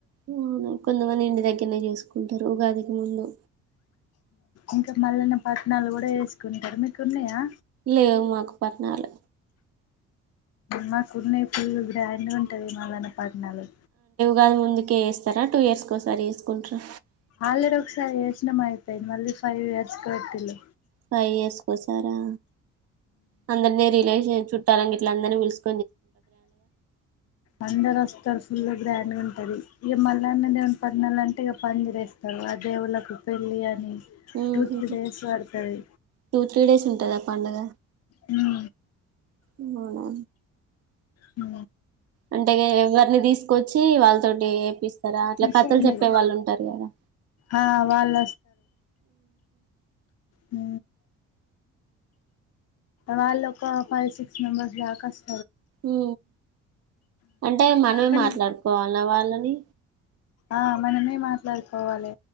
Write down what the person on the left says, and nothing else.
ఇంకా మళ్లన పట్టనాాలు కూడా వేసుకుంటారు మీకు ఉన్నాయా
మన్ పడ్ అట్టది మల్లన పట్నాలు
ఆలడ ఒకసారి యోజన అయిపోయింది మళ్ళీ ఫైవ్ ఇయర్స్ కట్టిలు
అందరోస్తారు ఫుల గ్రాండ్ గుంటది ఇగ మల్లన్న దేవుని పట్నాలు అంటే ఇగ పందిరెస్తారు ఆ దేవుళ్ళకు పెళ్ళి అని
టు త్రీ డేస్ పడుతది
హు
ఉ
నిష
ఉన్నది
ఆ వాళ్ళు హు వాళ్ళొ ఒక ఫైవ్ సిక్స్ మెంబర్స్ దాక వస్
కానీ
ఆ మనమే మాట్లాడుకోవాలే